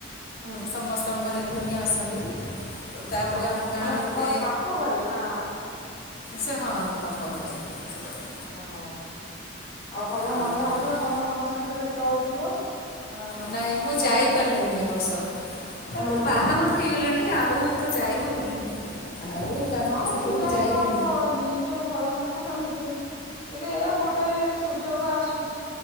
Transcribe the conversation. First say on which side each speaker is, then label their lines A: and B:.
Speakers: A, on the left; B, on the left.
A: ହୁଁ
B: ସମସ୍ତଙ୍କ ଘରେ କୁଣିଆ ଆସନ୍ତି। ତାପରେ
A: ହଁ
B: ଆମ ଗାଁର
A: ମାନେ
B: ଗୋଟେ
A: ଘରେ ବାପ ଘରେ ନା
B: ସେ ହଁ ଆମ ବାପ ଘର ସେ ସେପଟେ।
A: ଓହୋ ଆଉ ଭଲ
B: ଆଉ
A: ମଜା ହଉଥିବ ସମସ୍ତଙ୍କ ସାଙ୍ଗରେ ଭେଟ ହଉଥିବ? ଅ
B: ନାଇଁ ମୁଁ ଯାଇପାରିଲେନି ଏ ବର୍ଷ, ତାପରେ
A: ହଁ
B: ବାହାଘର ହେଇଗଲାଣି ଆଉ ତ ଯାଇ ହଉନି। ଆଉ ବାପ
A: ହଁ
B: ସେପଟକୁ
A: ପିଲା
B: ଯାଇ
A: ଛୁଆଙ୍କ
B: ହଉନି।
A: ନିଜ ଘର ସଂସାର ନିଜେ ଦେଖ, କିନ୍ତୁ ଏଇଆ ଗୋଟେ ସୁଯୋଗ ଆସୁଛି